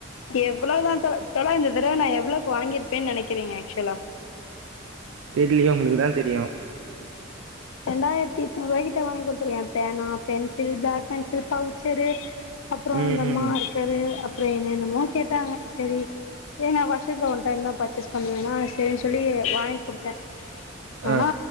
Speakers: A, on the left (about 85°); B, on the right (about 80°).
A: எவ்வளதா தோழர் தோழா இந்த தடவ நா எவ்வளக்கு வாங்கிருப்பேன் நெனக்கிறீங்க ஆக்ஷுவ்லா
B: தெர்லியே ஒங்களுக்குதான் தெரியும்
A: ரெண்டாயிரத்தி எட்நூற்வாகிட்ட வாங்கி குடுத்துருக்கே ஏன் பேனா பென்சில் பிளாக் பென்சில் பவுச்செரு அப்புறம்
B: ம்
A: இந்த
B: ம்
A: மார்கரு அப்றோ என்னென்னமோ கேட்டாங்க செரி இதே நா வர்ஷத்தில ஒன் டைம் தா பர்ச்சேஸ் பண்ணுவேன்னா சேரின் சொல்லி வாங் குடுத்தே ஆனா
B: ஆ